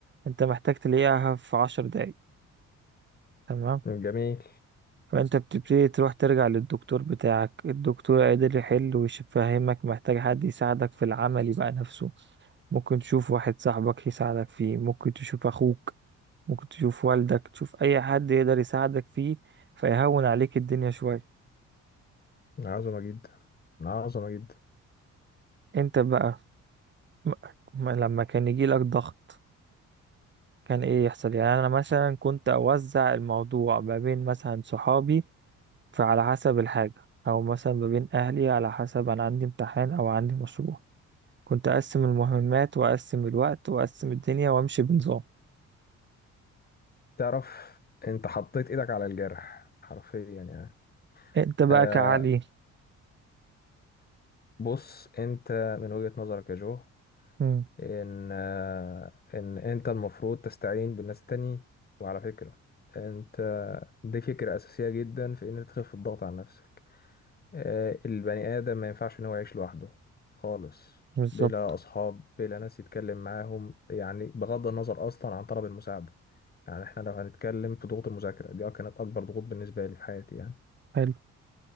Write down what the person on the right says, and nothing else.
أنت محتاج تلاقيها في عشر دقايق تمام
فانت بتبتدي تروح ترجع للدكتور بتاعك الدكتور قادر يحل ويفهمك محتاج حد يساعدك في العمل يبقى نفسه ممكن تشوف واحد صاحبك يساعدك فيه ممكن تشوف اخوك ممكن تشوف والدك تشوف اي حد يقدر يساعدك فيه فيهون عليك الدنيا شوية
انت بقى م- م- لما كان يجيلك ضغط كان ايه يحصل يعني انا مثلا كنت اوزع الموضوع ما بين مثلا صحابي فعلى حسب الحاجة او مثلا ما بين اهلي على حسب انا عندي امتحان او عندي مشروع كنت اقسم المهمات واقسم الوقت واقسم الدنيا وامشي بنظام
انت بقى
كعلي
امم
بالظبط
حلو